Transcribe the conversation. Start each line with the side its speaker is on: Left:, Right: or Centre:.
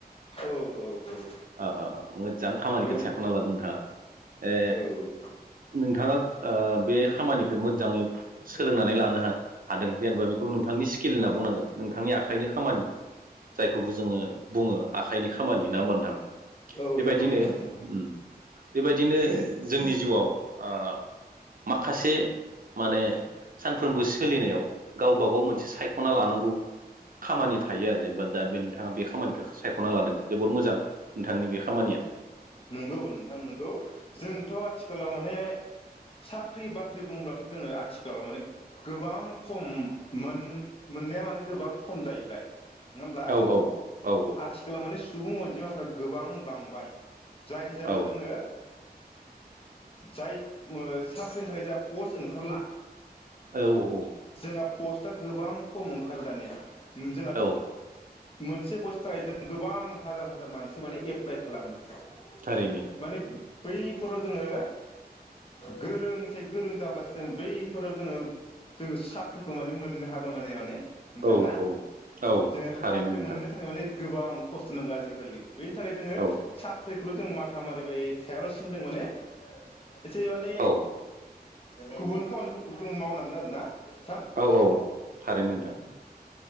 Left: औ औ औ
Right: ओ ओ मोजां खामानिखौनो
Left: बेयावनो
Right: सायख'ना लादों नोंथाङा ए
Left: औ
Right: नोंथाङा ओ बे खामानिखौ मोजांङै सोलोंनानै लानो हा हादों जेनेबा बेखौ नोंथांनि स्किल होनना बुंनांगोन नोंथांनि आखाइनि खामानि जायखौबो जोङो बुङो आखाइनि खामानि ना होमबा नोंथां
Left: औ
Right: बेबायदिनो
Left: नंगौ नोंथां नंगौ
Right: उम बेबायदिनो जोंनि जिउआव ओ माखासे माने सानफ्रोमबो सोलिनायाव गावबा गाव मोनसे सायख'ना लानांगौ खामानि थायो आरो जेनेबा दा बे नोंथाङा बे खामानिखौ सायख'ना लादों जोबोर मोजां नोंथांनि बे खामानिया।
Left: नंगौ नोंथां नोंगौ जोंथ' आथिखालाव माने साख्रि बाख्रि बुंब्लाथ' जोङो आथिखालाव माने गोबां खम मोन मोननाया माने गोबां खम जाहैबाय। नङा होमब्ला
Right: औ औ औ
Left: आथिखालाव माने सुबुं अनजिमाफ्रा गोबां बांबाय जायनि जाहोनाव
Right: औ
Left: जोङो जाय ओम साख्रिनि थाखाय जा पस्ट ओंखारला
Right: औ औ औ
Left: जोंहा पस्टआ गोबां खम ओंखारो दानिया जोंहा
Right: औ
Left: मोनसे बस्थनि थाखाय जों गोबां हाजार हाजार मानसि माने एप्लाइ खालामो माने
Right: थारैनो
Left: बैफोराव जोङो गोरोंसाय गोरों जाब्लासो जों बैफोराव जोङो जोङो साख्रिखौ माने मोननो हा गोन माने नोंथां
Right: औ
Left: ना
Right: औ औ
Left: जोङो
Right: थारैनो
Left: साख्रि
Right: नोंथां
Left: मोननो थाखाय माने गोबां खस्थ' नांगौ आजिखालि बेनि थाखाय जोङो
Right: औ
Left: सा माथा मारिबाय थायाल'सिनो जों माने एसे माने
Right: औ
Left: गुबुन खामानिफोरखौ जों मावनांगोन आरो ना नोंथां
Right: औ औ थारै नोंथां